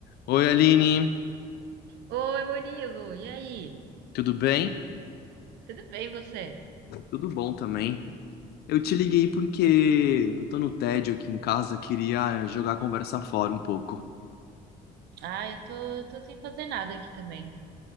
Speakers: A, on the left; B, on the right.
A: Oi, Aline,
B: Oi, Murilo, e aí?
A: tudo bem?
B: Tudo bem você?
A: Tudo bom também. Eu te liguei porque eu tô no tédio aqui em casa, queria jogar a conversa fora um pouco.
B: Ah, eu tô, tô sem fazer nada aqui também.